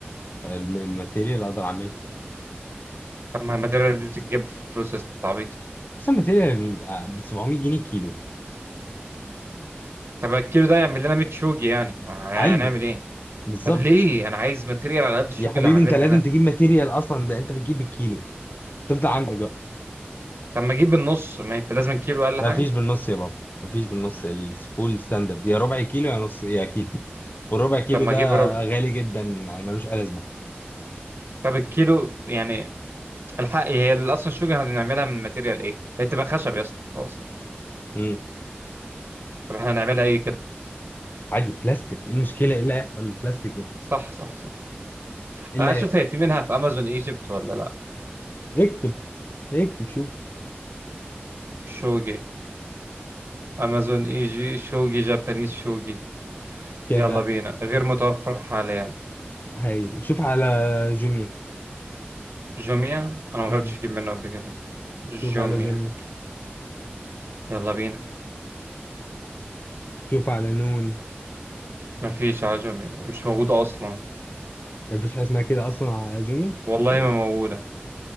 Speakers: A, on the left (about 50°); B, on the right (about 65°).
A: الم- الماتيريال اقدر اعملها
B: طب ما الماتيريال دي بتتجيب بفلوس يا أستاذ التعبيط
A: بس الماتيريال ب 700 جنيه كيلو
B: طب الكيلو ده يعمل لنا 100 شوجي يعني يعني
A: ايوه
B: هنعمل ايه
A: بالظبط
B: طب ليه انا عايز ماتيريال على قد الشغل
A: يا حبيبي
B: اللي هعملها
A: انت لازم
B: انا
A: تجيب ماتيريال اصلا ده انت بتجيب بالكيلو تفضل عندك بقى
B: طب ما اجيب النص ما انت لازم كيلو اقل
A: ما
B: حاجه
A: فيش بالنص يا بابا ما فيش بالنص السبول ستاندرد يا ربع كيلو يا نص يا كيلو والربع كيلو
B: طب ما
A: ده
B: اجيب ربع
A: غالي جدا يعني ملوش اي لازمه
B: طب الكيلو يعني الحق هي ال- اصلا الشغل هنعملها من ماتيريال ايه هي تبقى خشب يا اسطى خلاص
A: امم
B: طب احنا هنعملها ايه كده
A: عادي بلاستيك ايه المشكله ايه اللي هيحصل للبلاستيك يعني
B: صح صح صح
A: ايه اللي
B: انا عايز
A: هيحصل
B: اشوف هي في منها في امازون ايجيبت ولا لا
A: اكتب اكتب شوف
B: شوجي امازون ايجي شوجي جابانيز شوجي
A: كام
B: يلا
A: بقى
B: بينا غير متوفر حاليا
A: هاي شوف على جوميا
B: جوميا انا ما
A: امم
B: جربتش اجيب منه قبل كده جوميا
A: شوف على جوميا
B: يلا بينا
A: شوف على نون
B: مفيش على جوميا مش موجودة أصلا
A: ما فيش حاجه اسمها كده اصلا على جوميا
B: والله
A: هاي
B: ما موجودة